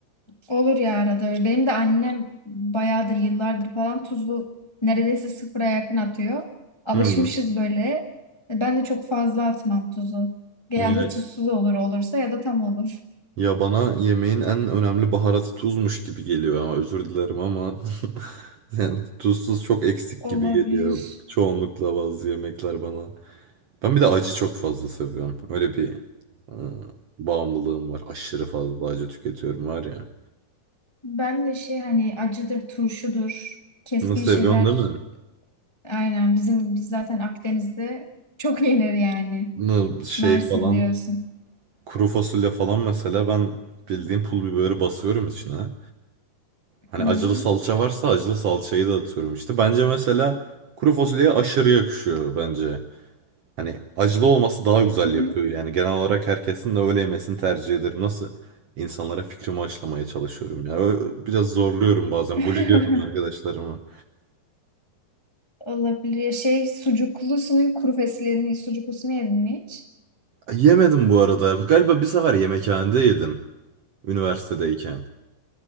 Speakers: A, on the left; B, on the right.
A: Olur ya arada. öyle. Benim de annem bayağıdır yıllardır falan tuzu neredeyse sıfıra yakın atıyor. Alışmışız
B: Hmm.
A: böyle. Ben de çok fazla atmam tuzu. Genelde
B: Ya,
A: tuzsuz olur olursa ya da tam olur.
B: ya bana yemeğin en önemli baharatı tuzmuş gibi geliyor ama özür dilerim ama <laughs> yani tuzsuz çok eksik
A: Olabilir.
B: gibi geliyor çoğunlukla bazı yemekler bana. Ben bir de acı çok fazla seviyorum. Öyle bir e, bağımlılığım var. Aşırı fazla acı tüketiyorum var ya.
A: Ben de şey hani acıdır, turşudur, keskin
B: Bunu seviyorsun
A: şeyler
B: değil mi?
A: aynen bizim biz zaten Akdeniz'de çok yenir yani.
B: Bunu Şey
A: Mersin
B: falan
A: diyorsun.
B: kuru fasulye falan mesela ben bildiğim pul biberi basıyorum içine. Hani
A: Hmm.
B: acılı salça varsa acılı salçayı da atıyorum işte. Bence mesela kuru fasulyeye aşırı yakışıyor bence. Hani acılı olması daha güzel
A: Hı hı.
B: yapıyor. Yani genel olarak herkesin de öyle yemesini tercih ederim. Nasıl insanlara fikrimi aşılamaya çalışıyorum ya. Ö- Biraz zorluyorum bazen.
A: <laughs>
B: Buliliyorum arkadaşlarımı.
A: Olabilir. Ya Şey sucuklusunun kuru fasulyenin sucuklusunu yedin mi hiç?
B: Yemedim bu arada. Galiba bir sefer yemekhanede yedim. Üniversitedeyken.